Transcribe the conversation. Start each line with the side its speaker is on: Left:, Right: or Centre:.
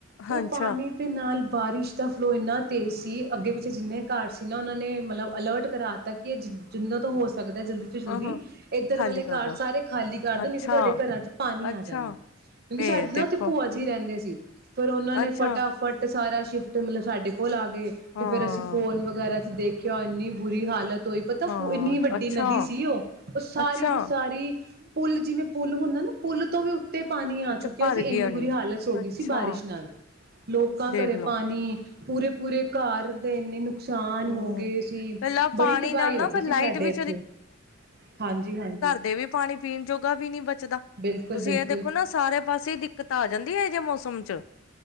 Left: ਅੱਛਾ
Right: ਤੇ ਉਹ ਪਾਣੀ ਦੇ ਨਾਲ ਬਾਰਿਸ਼ ਦਾ ਫਲੋ ਇੰਨਾ ਤੇਜ਼ ਸੀ ਅੱਗੇ ਪਿੱਛੇ ਜਿੰਨੇ ਘਰ ਸੀ ਨਾ ਉਹਨਾਂ ਨੇ ਮਤਲਬ ਅਲਰਟ ਕਰਾ ਦਿੱਤਾ ਕਿ ਇਹ ਜਿ ਜਿੰਨਾਂ ਤੋਂ ਹੋ ਸਕ ਸਕਦਾ ਜਲਦੀ ਤੋਂ ਜਲਦੀ
Left: ਹਾਂ ਹਾਂ
Right: ਇੱਧਰ
Left: ਖਾਲੀ
Right: ਵਾਲੇ
Left: ਕਰ
Right: ਘਰ
Left: ਦੋ
Right: ਸਾਰੇ ਖਾਲੀ ਕਰ ਦਦੇ
Left: ਅੱਛਾ
Right: ਤੇ ਤੁਹਾਡੇ ਘਰਾਂ ਚ ਪਾਣੀ
Left: ਅੱਛਾ,
Right: ਆ ਜਾਣਾ ਕਿਉਂਕਿ
Left: ਇਹ
Right: ਸਾਡੇ
Left: ਦੇਖੋ,
Right: ਨਾ ਉੱਥੇ ਭੂਆ ਜੀ ਰਹਿੰਦੇ ਸੀ ਫੇਿਰ ਉਹਨਾਂ ਨੇ
Left: ਅੱਛਾ,
Right: ਫਟਾਫਟ ਸਾਰਾ ਸ਼ਿਫਟ ਮਤਲਬਡੇ ਕੋਲ ਆ ਤੇ
Left: ਹਾਂ,
Right: ਫਿਰ ਅਸੀਂ ਫੋਨ ਵਗੈਰਾ ਚ ਦੇਖ ਕਿਉਂ ਇੰਨੀ ਬੁਰੀ ਹਾਲਤ ਤੋਂ ਹੀ ਪਤਾ
Left: ਹਾਂ,
Right: ਇੰਨੀ ਵੱਡੀ
Left: ਅੱਛਾ,
Right: ਨਦੀ ਸੀ ਉਹ ਉਹ ਸਾਰੀ
Left: ਅੱਛਾ,
Right: ਦੀ ਪੁਲ ਜਿਵੇਂ, ਪੁਲ ਹੁੰਦਾ ਨਾ ਪੁੱਲ ਤੋਂ ਵੀ ਤੇ ਪਾਣੀ ਆ
Left: ਅੱਛਾ
Right: ਚੁੱਕਿਆ
Left: ਭਰ
Right: ਸੀ ਇੰਨੀ
Left: ਗਿਆ
Right: ਬੁਰੀ
Left: ਨੀ।
Right: ਹਾਲਤ ਸੋ ਗਈ
Left: ਅੱਛਾ,
Right: ਸੀ ਬਾਰਿਸ਼ ਨਾਲ, ਲੋਕਾਂ
Left: ਦੇਖਲੋ,
Right: ਘਰੇ ਪਾਣੀ ਪੂਰੇ ਪੂਰੇ ਘਰ ਦੇ ਇੰਨੇ ਨੁ ਨੁਕਸਾਨ
Left: ਹੂੰ,
Right: ਹੋ ਗਏ ਸੀ,
Left: ਕੱਲਾ
Right: ਬੜੀ
Left: ਪਾਣੀ
Right: ਤਬਾਹੀ
Left: ਨਾਲ ਨਾ
Right: ਹੋ ਗਈ
Left: ਫਿਰ
Right: ਸੀ,
Left: ਲਾਈਟ
Right: ਸਾਡੇ
Left: ਵੀ
Right: ਇੱਥੇ ਹਾਂਜੀ ਹਾਂਜੀ
Left: ਡੇ ਵੀ ਪਾਣੀ ਪੀਣ ਜੋਗਾ ਵੀ ਨੀ ਬਚਦਾ,
Right: ਬਿਲਕੁਲ
Left: ਤੁਸੀਂ
Right: ਬਿਲਕੁਲ
Left: ਇਹ ਦੇਖੋ ਨਾ ਸਾਰੇ ਪਾਸੇ ਦਿੱਕਤ ਆ ਜਾਂਦੀ ਹੈ, ਮੌਸਮ ਚ